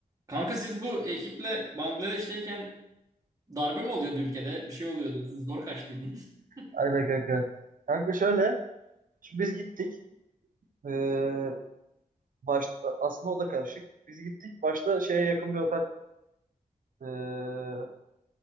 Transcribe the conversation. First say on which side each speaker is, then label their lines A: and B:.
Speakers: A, on the right (about 25°); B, on the right (about 70°).
A: Kanka siz bu ekiple Bangladeş'teyken darbe mi oluyordu ülkede? Bir şey oluyordu. Siz zor kaçtıydınız.
B: Aynen
A: <laughs>
B: kanka. Kanka şöyle. Şimdi biz gittik. Ee, başta, aslında o da karışık. Biz gittik. Başta şeye yakın bir otel ee,